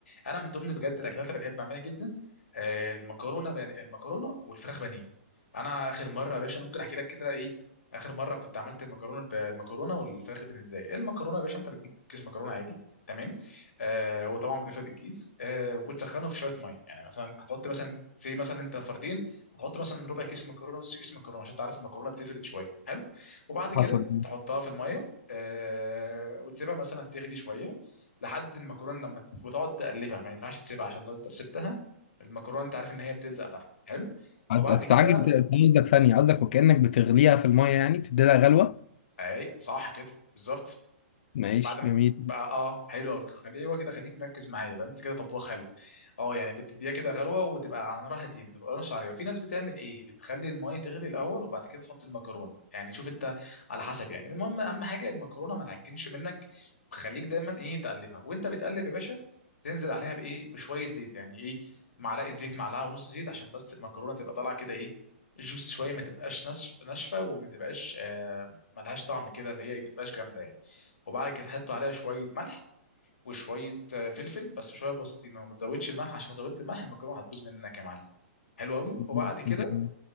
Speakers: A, on the left; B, on the left.
A: انا من ضمن بجد الاكلات اللي بحب اعملها جدا آه، المكرونه بان... المكرونه والفراخ بانيه انا اخر مره يا باشا انا ممكن احكي لك كده ايه اخر مره كنت عملت المكرونه ب- المكرونه والفراخ بانيه ازاي المكرونه يا باشا انت بتجيب كيس مكرونه عادي تمام آه وطبعا بتفرد الكيس آه وبتسخنه في شويه ميه يعني مثلا هتحط مثلا زي مثلا انت فردين هتحط مثلا ربع كيس مكرونه نص كيس مكرونه عشان تعرف المكرونه بتفرد شويه حلو وبعد كده
B: حصل
A: تحطها في الميه آه، وتسيبها مثلا تغلي شويه لحد المكرونه لما تت- وتقعد تقلبها ما ينفعش تسيبها عشان لو انت سبتها المكرونه انت عارف ان هي بتلزق تحت حلو
B: هت-
A: وبعد
B: هتتعجب
A: كده
B: أنت قصدك ثانيه قصدك وكانك بتغليها في الميه يعني بتدي لها غلوه
A: اي صح كده بالظبط
B: ماشي
A: بعد ما
B: جميل
A: بقى اه حلو قوي ايوه كده خليك مركز معايا بقى انت كده طباخ حلو اه يعني بتديها كده غلوه وتبقى على نار هاديه ما تبقاش عريضه في ناس بتعمل ايه بتخلي الميه تغلي الاول وبعد كده تحط المكرونه يعني شوف انت على حسب يعني المهم اهم حاجه المكرونه ما تعجنش منك خليك دايما ايه تقلبها وانت بتقلب يا باشا تنزل عليها بايه بشويه زيت يعني ايه معلقه زيت معلقه ونص زيت عشان بس المكرونه تبقى طالعه كده ايه جوس شويه ما تبقاش ناشف- ناشفه وما تبقاش آه ملهاش طعم كده اللي هي بتبقاش جامده يعني وبعد كده تحطوا عليها شويه ملح وشويه آه، فلفل بس شويه بوستينو ما تزودش الملح عشان لو زودت الملح المكرونه هتبوظ منك يا معلم حلو قوي
B: <laughs>
A: وبعد
B: تاني
A: كده